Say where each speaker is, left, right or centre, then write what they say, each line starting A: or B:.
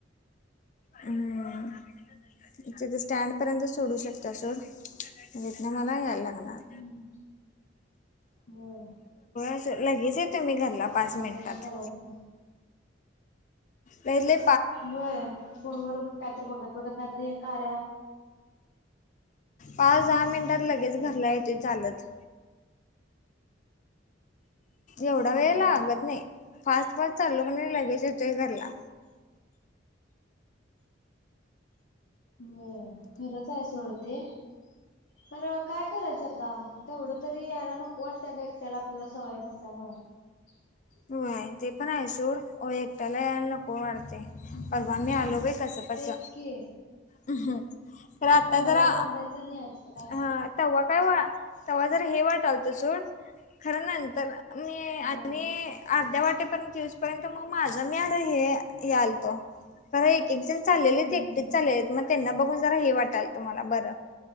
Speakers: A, on the left; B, on the left.
A: हुं. तिथे स्टँड पर्यंत सोडू शकत्या सोड तितन मला यायलागल.
B: हम्म होय
A: <unintelligible> तुम्ही घरला पाच
B: बघायचं
A: मिनटात
B: करायचं
A: लइत-लइ
B: ब फोनवर कायतर बघत-बघत नाही तर हें कार्य ऍप
A: पाच, दहा मिनिटात लगेच घरला
B: तेच
A: येतोय
B: की
A: चालत. एवढा वेळ
B: होय
A: लागत नाही फास्ट-फास्ट चाललो कने, लगेच येतोय घरला.
B: होय खरंच आहे सोड ते. खर काय करायचं आता तेवढं तरी यायला नको, वाटतं आग एकट्याला आपल्याला सवय नसल्यामुळं. <inaudible>
A: होय. ते पण आहे सोड, एकट्याला यायला नको वाटत
B: ग
A: परवा मी आलो बाई कस-कस
B: तेच की
A: हम्. खरं आता
B: तोंडाला
A: जरा
B: बांधायचं आणि यायचं काय
A: हा तेव्हा काय व तेव्हा जर हे वाटालत सोड. खरं नंतर मी
B: होय.
A: आणि अर्ध्या वाटेपर्यंत युसपर्यंत मग माज मी हे यालतो. खरं एकेक जण चालेलीत,
B: हम्म
A: एकटेच चालेलीत, मग त्यांना बघून जरा हे वाटालत, मला बरं.